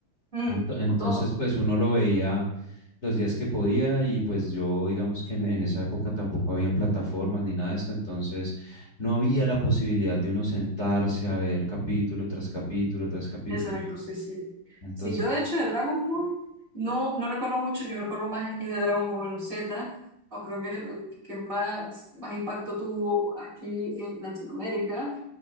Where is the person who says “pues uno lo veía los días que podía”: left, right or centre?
Left